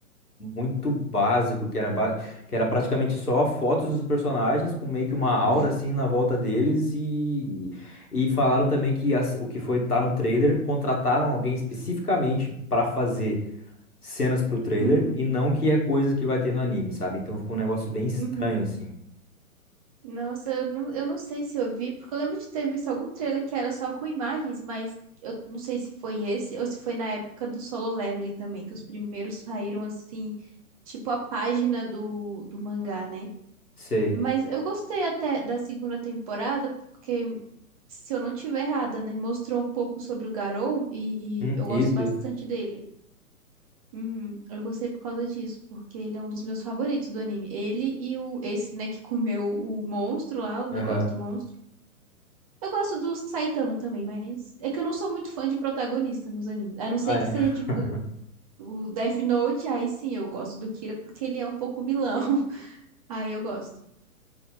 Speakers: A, on the left; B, on the right.
A: muito básico, que era ba- que era praticamente só fotos dos personagens com meio que uma aura
B: <laughs>
A: assim na volta deles e e falaram também que as- o que foi tá no trailer, contrataram alguém especificamente para fazer cenas pro trailer
B: Uhum,
A: e não que é coisa que vai ter no anime, sabe? Então ficou um negócio bem estranho
B: uhum.
A: assim.
B: Nossa, eu não, eu não sei se eu vi, porque eu lembro de ter visto algum trailer que era só com imagens, mas eu não sei se foi esse ou se foi na época do Solo Leveling também, que os primeiros saíram assim, tipo a página do, do mangá, né?
A: Sei.
B: Mas eu gostei até da segunda temporada, porque, se eu não tiver errada, né, mostrou um pouco sobre o Garou e
A: Hum,
B: eu
A: isso,
B: gosto bastante
A: isso.
B: dele. Uhum, eu gostei por causa disso, porque ele é um dos meus favoritos do anime. Ele e o esse, né, que <laughs> comeu o monstro lá, o
A: Aham.
B: negócio do monstro. Eu gosto do Saitama também, mas é que eu não sou muito fã de protagonista nos animes. A não ser
A: Ah,
B: que
A: é.
B: seja tipo
A: <laughs>
B: o Death Note, aí sim eu gosto do Kira porque ele é um pouco vilão. <laughs> Aí eu gosto.